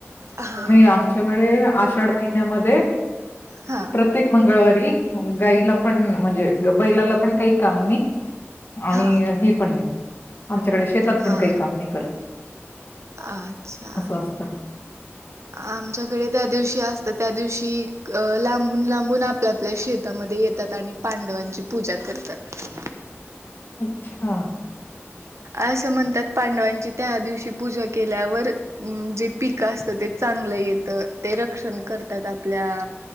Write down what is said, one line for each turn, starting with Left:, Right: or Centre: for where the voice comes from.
Right: हा
Left: नाही आमच्याकडे आषाढ महिन्यामध्ये
Right: हा
Left: प्रत्येक मंगळवारी गाईला पण म्हणजे बैलाला पण काही काम नाही. आणि
Right: हा
Left: हे पण नाही. आमच्याकडे शेतात
Right: हा
Left: पण काही काम नाही करत.
Right: अच्छा
Left: असं असतं
Right: आमच्याकडे त्या दिवशी अस तर त्या दिवशी अ लांबून लांबून आपल्यापल्या शेतामध्ये येतात आणि पांडवांची पूजा करतात.
Left: अच्छा.
Right: असं म्हणतात पांडवांची त्या दिवशी पूजा केल्यावर जे पीक असत ते चांगलं येत ते रक्षण करतात आपल्या